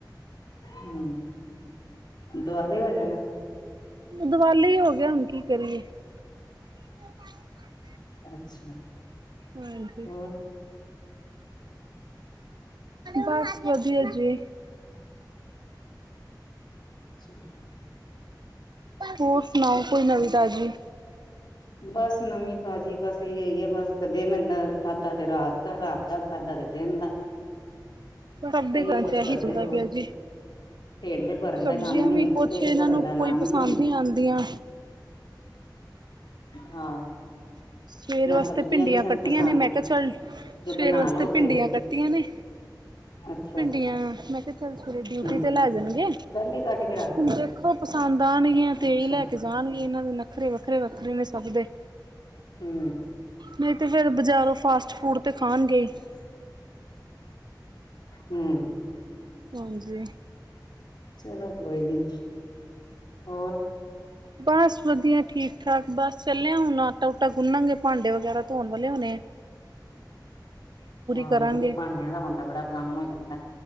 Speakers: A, on the left (about 65°); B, on the right (about 65°).
A: ਹੂੰ, ਦੁਆਲੇ ਹੋ ਜਾਣਾ।
B: ਦੁਵਾਲੇ ਈ ਹੋਗੇ, ਹੁਣ ਕੀ ਕਰੀਏ। <inaudible>
A: ਅੱਛਾ।
B: ਹਾਂਜੀ।
A: ਹੋਰ <inaudible>
B: ਬਸ ਵਧੀਆ ਜੀ।
A: ਸਿਮਲਾ
B: ਹੋਰ ਸੁਣਾਓ, ਕੋਈ ਨਵੀਂ ਤਾਜ਼ੀ।
A: ਬਸ ਨਵੀਂ ਤਾਜ਼ੀ ਬਸ ਇਈ ਈ ਏ ਬਸ ਦਿਨ ਇਦਾਂ। ਖਾਦਾ ਤੇ ਰਾਤ ਦਾ, ਰਾਤ ਦਾ ਖਾਦਾ ਤੇ ਦਿਨ ਦਾ।
B: ਸਭ ਦੇ
A: ਇਹੀਓ
B: ਘਰ
A: ਕੁਛ
B: ਚ ਇਹੀ
A: ਕਰਦੇ
B: ਚਲਦਾ
A: ਰਹੋ
B: ਪਿਆ ਜੀ।
A: ਢਿੱਡ ਭਰਨ
B: ਸਬਜ਼ੀਆਂ
A: ਦਾ ਕੰਮ ਨੀ
B: ਵੀ
A: ਹੁੰਦਾ
B: ਕੁਝ
A: ਢਿੱਡ
B: ਇਹਨਾਂ
A: ਭਰਨ
B: ਨੂੰ
A: ਦਾ ਨਾਂ
B: ਕੋਈ
A: ਨੀ
B: ਪਸੰਦ
A: ਲੈਂਦਾ
B: ਨਈਂ ਆਂਦੀਆਂ।
A: ਹਾਂ।
B: ਸਵੇਰ
A: ਨਾ
B: ਵਾਸਤੇ
A: ਸਬਜ਼ੀਆਂ
B: ਭਿੰਡੀਆਂ
A: ਕਿਸੇ ਨੂੰ
B: ਕੱਟੀਆਂ
A: ਪਸੰਦ
B: ਨੇ ਮੈਂ ਕਿਆ ਚੱਲ
A: ਜੇ
B: ਸਵੇਰ
A: ਬਣਾ
B: ਵਾਸਤੇ
A: ਲੋ
B: ਭਿੰਡੀਆਂ
A: ਤੇ
B: ਕੱਟੀਆਂ ਨੇ
A: ਅੱਛਾ
B: ਭਿੰਡੀਆਂ ਮੈਂ ਕਿਆ ਚੱਲ ਸਵੇਰੇ ਡਿਊਟੀ
A: ਹਮ
B: ਤੇ ਲੈ ਜਾਣਗੇ।
A: ਪਹਿਲੇ ਕੱਟ ਕੇ ਰੱਖਦੀਆਂ
B: ਹੁਣ ਦੇਖੋ ਪਸੰਦ ਆਣਗੀਆਂ ਤੇਈ
A: ਅੱਛਾ
B: ਲੈ ਕੇ ਜਾਣਗੇ ਇਹਨਾਂ ਦੇ ਨੱਖਰੇ ਵੱਖਰੇ-ਵੱਖਰੇ ਨੇ ਸਭ ਦੇ।
A: ਹਂ।
B: ਨਈਂ ਤੇ ਫੇਰ ਬਾਜ਼ਾਰੋਂ ਫਾਸਟ ਫੂਡ ਤੇ ਖਾਣਗੇ ਈ।
A: <inaudible> ਹਂ।
B: ਹਾਂਜੀ।
A: ਚਲੋ ਕੋਈ ਨੀ, ਹੋਰ।
B: ਬਸ ਵਧੀਆ ਠੀਕ-ਠਾਕ ਬਸ ਚੱਲੇ ਆ ਹੁਣ ਆਟਾ ਉਟਾ ਗੁੰਨਾਂਗੇ ਭਾਂਡੇ ਵਗੈਰਾ ਧੋਣ ਵਾਲੇ ਹੋਣੇ ਐ।
A: ਹਾਂ
B: ਕਰਾਂਗੇ
A: ਇਹਦੇ ਤੇ ਭਾਂਡਿਆਂ ਧੋਣ ਦਾ ਬੜਾ ਕੰਮ ਹੋ ਜਾਂਦਾ।